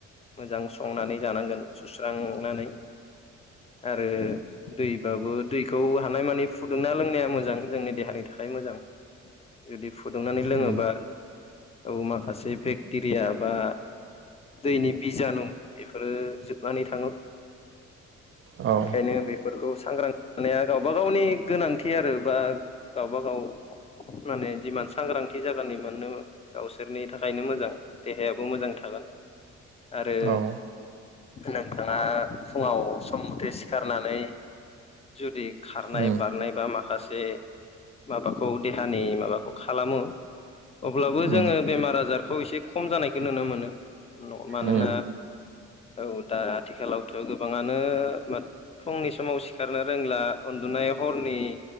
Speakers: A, on the left; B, on the right.
A: मोजां संनानै जानांगोन सुस्रांनानै आरो दैबाबो दैखौ हानाय मानि फुदुंना लोंनाया मोजां जोंनि देहानि थाखाय मोजां। जुदि फुदुंनानै लोङोबा
B: उम
A: औ माखासे बेक्टेरिया बा दैनि बिजानु बेफोरो जोबनानै थाङो।
B: औ
A: बेखायनो बेफोरखौ सांग्रां माने गावबा गावनि गोनांथि आरो बा गावबा गाव माने जिमान सांग्रांथि जागोन एमाननो गावसोरनि थाखायनो मोजां देहायाबो मोजां थागोन आरो
B: औ
A: नोंथाङा फुङाव सम मथे सिखारनानै जुदि खारनाय
B: उम
A: बारनाय बा माखासे माबाखौ देहानि माबाखौ खालामो अब्लाबो
B: उम
A: जोङो बेमार आजारखौ एसे खम जानायखौ नुनो मोनो। न मानोना
B: उम
A: औ दा आथिखालावथ' गोबाङानो मा फुंनि समाव सिखारनो रोंला उन्दुनाय हरनि